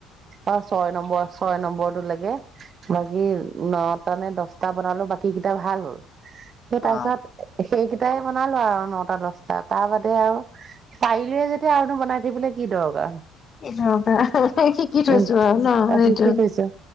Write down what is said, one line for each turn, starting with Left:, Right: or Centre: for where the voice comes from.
Right: অ ছয় নম্বৰ ছয় নম্বৰ বৰ দূৰ লাগে বাকী নটা নে দছটা বনালো বাকী কেইটা ভাল হল সেই
Left: অ
Right: তাৰ পিছত সেইকেইটাই বনালো আৰু নটা দছটা তাৰ বাদে আৰু চাৰিলুৱে যেতিয়া আৰুনো বনাই থাকিবলৈ কি দৰকাৰ?
Left: সেই ৰবা <unintelligible> শিকি থৈছো
Right: উ
Left: আৰু ন সেইটো
Right: শিকি থৈছো